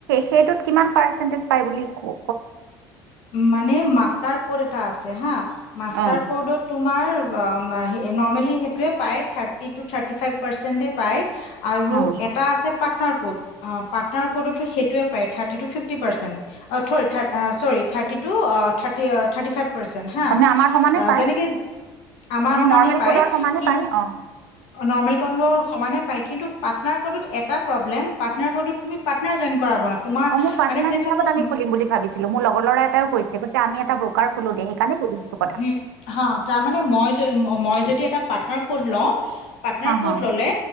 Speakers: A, on the right; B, on the left.
A: সেইটোত কিমান পাৰ্চেন্টেজ পাই বুলি কও
B: মানে মাষ্টাৰ ক'ড এটা আছে হা, মাষ্টাৰ
A: অ
B: ক'ৰ্ডত তোমাৰ অব্ অ্ নৰ্মেলি সেইতুৱে পায়, থাৰ্টি টো থাৰ্টি ফাইভ পাৰ্চেন্টে পায় আৰু
A: অ
B: এটা আছে পাৰ্টনাৰ কোড, অ পাৰ্টনাৰ ক'ডতো সেইোৱে পায়, thirty to fifty percent অ ঠৰি থাৰ্ট চৰি থাৰ্টি টু অ থাৰ্টি থাৰ্টি ফাইভ পাৰ্চেণ্ট হা।
A: তাৰমানে আমাৰ সমানে পায়
B: যেনেকে আমাৰ
A: এনে
B: সমানে
A: নৰ্মেল
B: পায়
A: কোডৰ সমানে
B: কিন্
A: পায় অ
B: অ নৰ্মেল কনবৰ সমানে পায়, কিন্তু পাৰ্টনাৰ ক'ডত এটা প্ৰব্লেম, পাৰ্টনাৰ ক'ডত তুমি পাৰ্টনাৰ জইন কৰাব ন তোমাৰ
A: অ মোৰ পাৰ্টনাৰ
B: মানে চে
A: হিচাপত
B: চাপজ
A: আমি খুলিম বুলি ভাবিছি লোঁ। মোৰ লগ ল'ৰা এটাইও কৈছে, কৈছে আমি এটা ব্ৰকাৰ খোলো দে সেইকাৰণে শুধিছো
B: উম হাঁ। তাৰ মানে মই যে ম- মই যদি এটা পাৰ্টনাৰ ক'ড লওঁ- পাৰ্টনাৰ
A: হা
B: ক'ড
A: হা
B: ললে,